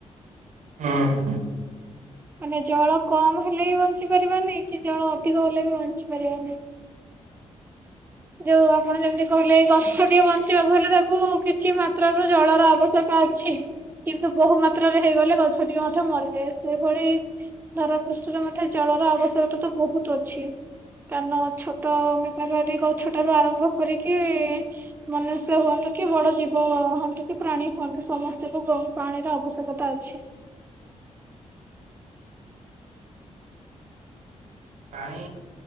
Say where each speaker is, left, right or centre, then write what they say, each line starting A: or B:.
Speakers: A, on the right; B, on the right.
A: ହଁ ହଁ।
B: ମାନେ ଜଳ କମ୍ ହେଲେ ବି ବଞ୍ଚିପାରିବାନି କି ଜଳ ଅଧିକ ହେଲେ ବି ବଞ୍ଚିପାରିବାନି। ଯୋଉ ଆପଣ ଯେମିତି କହିଲେ ଏଇ ଗଛଟିଏ ବଞ୍ଚିବାକୁ ହେଲେ ତାକୁ କିଛି ମାତ୍ର ର ଜଳର ଆବଶ୍ୟ ତା ଅଛି କିନ୍ତୁ ବୋହୁ ମାତ୍ରରେ ହେଇଗଲେ ଗଛଟି ମଧ୍ୟ ମରିଯାଏ ସେଇଭଳି ଧାରା ପୃଷ୍ଠରେ ମଧ୍ୟ ଜଳର ଆବଶ୍ୟକତା ତ ବୋହୁତ ଅଛି। କାନ ଛୋଟୋ <unintelligible> ଗଛଟାରୁ ଆରମ୍ଭ କରିକି ମନୁଷ୍ୟ ହୁଅନ୍ତୁ କି ବଡ ଜୀବ ହନ୍ତୁ କି ପ୍ରାଣୀ ହୁଅନ୍ତୁ ସମସ୍ତିଙ୍କୁ ବୋହୁ ପାଣିର ଆବଶ୍ୟକତା ଅଛି।
A: ପାଣି